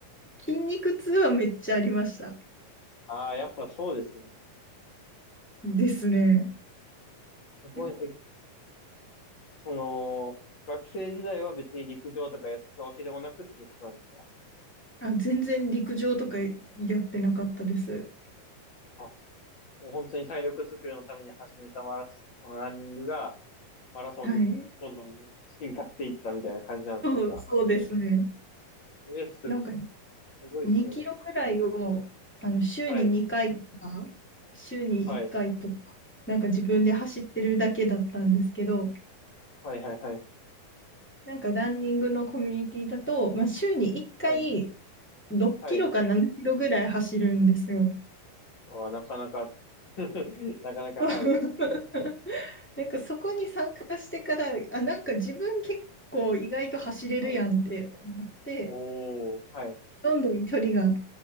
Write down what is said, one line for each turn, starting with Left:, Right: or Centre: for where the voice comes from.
Centre: 筋肉痛はめっちゃありました。
Left: ああ、やっぱそうですね。
Centre: ですね。
Left: すごい。
Centre: で
Left: え、その、学生時代は別に陸上とかやってたわけでもなくっていうことなんですか
Centre: あ、全然陸上とかやってなかったです。
Left: あ、もう本当に体力作りのために始めたマラソン、そのランニングが、マラソンにどんどん進化していったみたいな感じなんですね、
Centre: はい。そう、
Left: じゃあ。
Centre: そうですね。
Left: えー、すご、
Centre: なんか
Left: すごいですね。
Centre: 2キロくらいをあの週に2回とか、
Left: はい、
Centre: 週に1回とか、
Left: はい、
Centre: なんか自分で走ってるだけだったんですけど、
Left: はい、はい、はい、
Centre: なんかランニングのコミュニティだと、まあ、週に1回
Left: はい、
Centre: 6キロか7キロぐらい走るんですよ。
Left: はい。あー、なかなか <laughs> なかなかハードですね。
Centre: <laughs> なんかそこに参加してから、あ、なんか自分結構意外と走れるやんって思って、
Left: ハードおー、はい。
Centre: どんどん距離が